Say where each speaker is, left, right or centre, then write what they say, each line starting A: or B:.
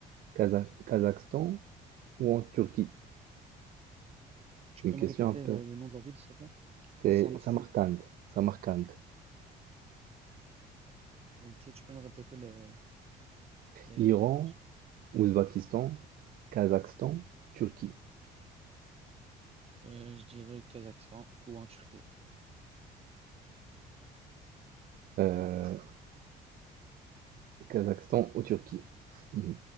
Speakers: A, on the right (about 60°); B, on the right (about 35°).
A: Kaza- Kazakhstan ou en Turquie? C'est
B: Tu peux
A: une
B: me
A: question
B: répéter
A: un peu.
B: le, le nom de la ville, s'il te plaît?
A: C'est
B: Saint-Martin.
A: Samarcande, Samarcande.
B: Ok, tu peux me répéter les, les,
A: Iran,
B: les réponses?
A: Ouzbakistan, Kazakhstan, Turquie.
B: Euh, je dirais au Kazakhstan ou en Turquie.
A: Heu, Kazakhstan ou Turquie. Mmh.